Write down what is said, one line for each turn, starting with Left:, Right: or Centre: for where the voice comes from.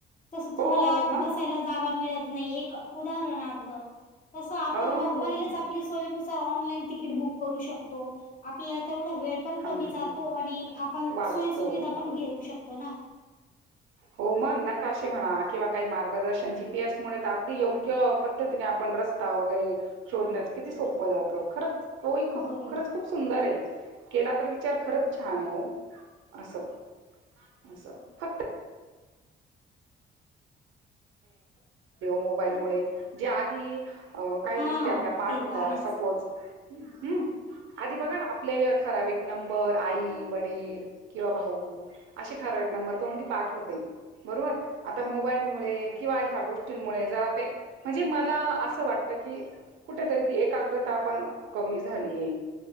Left: तस तुम्हाला
Right: हो हो मग
Left: बसायला जागा मिळत नाही एक उदारनार्थ तस आपण
Right: हो हो
Left: पहीलच
Right: हो
Left: आपली सोय नु सर ऑनलाईन तिकीट बुक करू शकतो आपला ज वेळ पण
Right: हं
Left: कमी जातो
Right: हं
Left: आणि आपण
Right: वाचतो
Left: सोयी सुविधा
Right: हो
Left: पण घेऊ शकतो ना.
Right: हो मग नकाशे म्हणा किंवा काही मार्गदर्शन जीपीएस मुळे तर अगदी योग्य पद्धतीने आपण रस्ता वगैरे शोधण्याच किती सोपं जात खरंच तोही खूप
Left: बरोबर
Right: खरंच खूप सुंदर आहे केला तर विच विचार खरच छान आहे अस अस फक्त. मोबाईल मु जे आधी अ काही
Left: हां,
Right: गोष्टी आपल्या पाठ
Left: ते
Right: होत्या
Left: तर आहेच.
Right: सपोज
Left: <inaudible>
Right: हम्म आधी बघा ना आपले ठराव नंबर आई वडील किंवा भाऊ असे ठर ठरावीक नंबर तोंडी पाठव होते बरोबर आता मोबाईल मुळे गोष्टी मुळे जवा ते म्हणजे मला असं वाटत कि कुठेतरी ती एकाग्रता पण कमी झाली आहे.